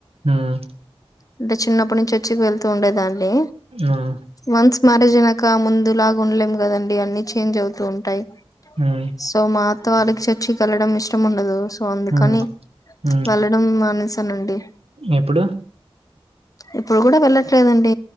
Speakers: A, on the right (about 85°); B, on the left (about 35°).
A: మ్మ్
B: అంటే చిన్నప్పటి నుంచి చేర్చికి వెళ్తూ ఉండేదాన్ని
A: హ్మ్
B: వన్స్ మ్యారేజ్ అయ్యినక్ ఇంకా ముందు లాగా ఉండలేం కదండి అన్ని చేంజ్ అవుతూ ఉంటాయి
A: హ్మ్
B: సో మాతో వాళ్ళకి చేర్చి కి వెళ్ళడం ఇష్ట ఇష్టము ఉండదు ఉంది
A: హ్మ్
B: కాని
A: హ్మ్.
B: వెళ్ళడం మన అనండి
A: ఎప్పుడు
B: ఇప్పుడు కూడా వెళ్ళట్లేదండి